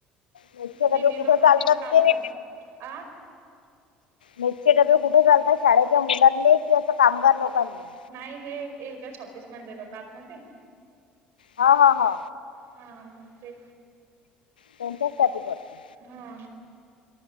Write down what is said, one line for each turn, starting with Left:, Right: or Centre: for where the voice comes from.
Left: मेसचे डबे
Right: तिन्ही
Left: कुठं
Right: लोक
Left: चालतात
Right: तीन कामं
Left: ते
Right: करतात. आ?
Left: मेसचे डबे कुठं करता, शाळेच्या मुलांले की असं कामगार लोकांले.
Right: नाही हे हेच्याच ऑफिस मधलं लोकं हात ना ते.
Left: हा हा हा.
Right: हा म ते
Left: त्यांच्याचसाठी करतो.
Right: हा.